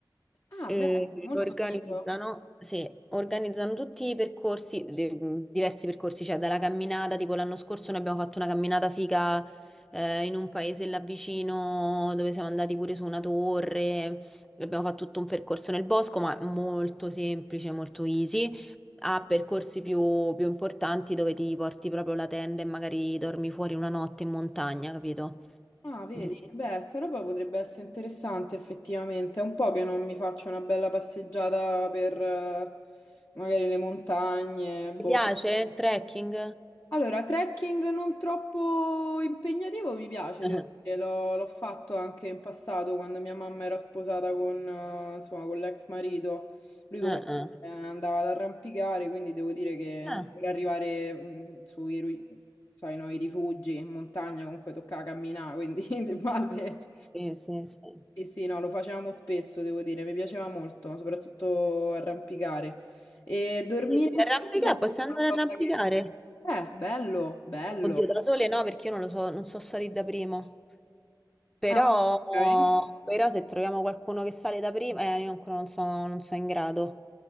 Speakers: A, on the left; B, in the centre.
A: Ah,
B: e
A: beh, molto
B: organizzano,
A: figo.
B: sì, organizzano tutti i percorsi, de- diversi percorsi, cioè dalla camminata, tipo l'anno scorso noi abbiamo fatto una camminata figa eh, in un paese là vicino dove siamo andati pure su una torre, abbiamo fatto tutto un percorso nel bosco, ma molto semplice, molto easy. A percorsi più, più importanti dove ti porti proprio la tenda e magari dormi fuori una notte in montagna, capito?
A: Ah, vedi,
B: Di-
A: beh, sta roba potrebbe essere interessante effettivamente. È un po' che non mi faccio una bella passeggiata per eh, magari le montagne, boh.
B: Ti piace il trekking?
A: Allora, trekking non troppo impegnativo mi piace,
B: <laughs>
A: devo dire, l'ho l'ho fatto anche in passato quando mia mamma era sposata con, eh, insomma, con l'ex marito. Lui comunque
B: Ah, ah.
A: eh, andava ad arrampicare, quindi devo dire che anche
B: Ah.
A: per arrivare mh, sui, ru- sai, no, i rifugi in montagna comunque toccava camminare, quindi <laughs> di base
B: Sì, sì, sì.
A: sì, sì, no, lo facevamo spesso, devo dire, mi piaceva molto, soprattutto arrampicare. E dormire
B: Per
A: in
B: Arrampicare,
A: tenda è
B: possiamo
A: una
B: andare
A: cosa
B: a arrampicare?
A: che... Eh, bello, bello.
B: Oddio, da sole no, perché io non lo so, non so salire da primo. Però,
A: Ah, ok.
B: però se troviamo qualcuno che sale da primo, eh, io ancora non sono, non sono in grado.